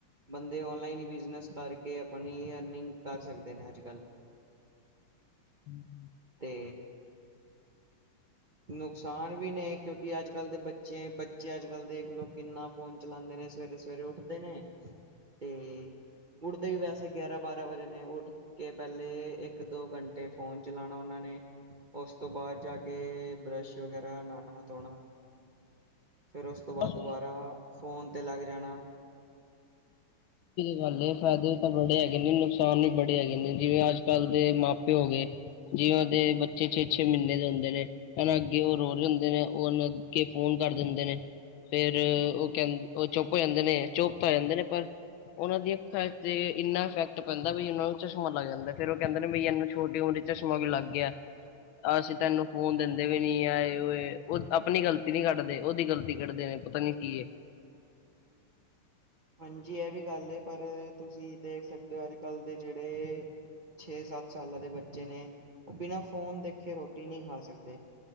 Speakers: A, on the right; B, on the left.
A: ਬੰਦੇ ਓਨਲਾਈਨ ਹੀ ਬਿਜਨਸ ਕਰਕੇ ਆਪਣੀ, ਅਰਨਿੰਗ ਕਰ ਸਕਦੇ ਨੇ, ਅੱਜ-ਕੱਲ
B: ਹੂੰ, ਹੂੰ <unintelligible>
A: ਤੇ ਨੁਕਸਾਨ ਵੀ ਨੇ, ਕਿਉਂਕਿ ਅੱਜ-ਕੱਲ੍ਹ ਦੇ ਬੱਚੇ, ਬੱਚੇ ਅੱਜ- ਕੱਲ੍ਹ ਦੇਖ ਲਓ ਕਿੰਨਾ ਫੋਨ ਚਲਾਂਦੇ ਨੇ ਸਵੇਰੇ ਸਵੇਰੇ ਉੱਠਦੇ ਨੇ, ਤੇ ਉੱਠਦੇ ਵੀ ਵੈਸੇ ਗਿਆਰਾਂ ਬਾਰਾਂ ਵਜੇ ਨੇ, ਉੱਠ ਕੇ ਪੈਲੇ, ਇੱਕ ਦੋ ਘੰਟੇ ਫੋਨ ਚਲਾਣਾ ਉਹਨਾਂ ਨੇ, ਉਸ ਤੋਂ ਬਾਅਦ ਜਾ ਕੇ ਬਰੱਸ਼ ਵਗੈਰਾ ਨਾਹਨਾ- ਧੋਣਾ, ਫੇਰ ਉਸ ਤੋਂ ਬਾਅਦ
B: ਬਸ
A: ਦੁਬਾਰਾ
B: ਉਹੀ
A: ਫੋਨ ਤੇ ਲੱਗ ਜਾਣਾ।
B: ਗੱਲ ਏ ਫ਼ਾਇਦੇ ਤਾਂ ਬੜੇ ਹੈਗੇ ਨੇ, ਨੁਕਸਾਨ ਵੀ ਬੜੇ ਹੈਗੇ ਨੇ, ਜਿਵੇਂ ਅੱਜ-ਕੱਲ੍ਹ ਦੇ ਮਾ-ਪਿਓ ਹੋ ਗਏ ਜਿਨਾ ਦੇ ਬੱਚੇ ਛੇ-ਛੇ ਮਿੰਹਨੇ ਦੇ ਹੁੰਦੇ ਨੇ। ਹਨ ਅੱਗੇ ਉਹ ਰੋ ਰਹੇ ਹੁੰਦੇ ਨੇ, ਓਨੂੰ ਅੱਗੇ ਫੋਨ ਕਰ ਦਿੰਦੇ ਨੇ। ਫੇਰ ਉਹ ਕਹਿੰ ਉਹ ਚੁੱਪ ਹੋ ਜਾਂਦੇ ਨੇ, ਚੁੱਪ ਤਾਂ ਹੋ ਜਾਂਦੇ ਨੇ, ਪਰ ਓਨਾ ਦੀ ਅੱਖਾਂ ਤੇ, ਇੰਨਾ ਇਫੈਕਟ ਪੈਂਦਾ ਵੀ, ਉਹਨਾ ਨੂੰ ਚਸ਼ਮਾ ਲਗ ਜਾਂਦੈ ਫੇਰ ਉਹ ਕਹਿੰਦੇ ਨੇ ਬ ਏਨੀ ਛੋਟੀ ਉਮਰੀ ਚਸ਼ਮਾ ਲੱਗ ਗਿਆ। ਅਸੀਂ ਤੈਨੂੰ ਫੋਨ ਦਿੰਦੇ ਵੀ ਨੀ, ਆ ਏ ਓਏ ਆਪਣੀ ਗ਼ਲਤੀ ਨੀ ਕੱਢਦੇ, ਉਹਦੀ ਗਲਤੀ ਕੱਢਦੇ ਨੇ। ਪਤਾ ਨੀ ਕੀ ਏ।
A: ਹਾਂਜੀ ਇਹ ਵੀ ਗੱਲ ਏ ਪਰ, ਤੁਸੀਂ ਦੇਖ ਸਕਦੇ ਓ ਅੱਜ-ਕੱਲ੍ਹ ਦੇ ਜਿਹੜੇ ਛੇ-ਸੱਤ ਸਾਲਾਂ ਦੇ ਬੱਚੇ ਨੇ, ਉਹ ਬਿਨਾਂ ਫ਼ੋਨ ਦੇਖੇ ਰੋਟੀ ਨੀਂ ਖਾ ਸਕਦੇ।